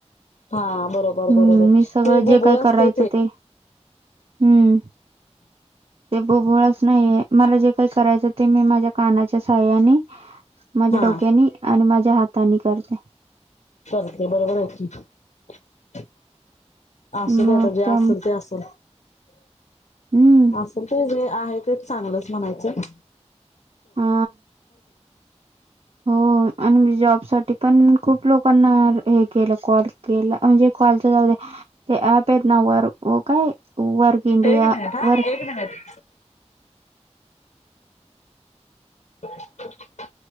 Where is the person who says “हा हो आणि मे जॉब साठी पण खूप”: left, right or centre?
Right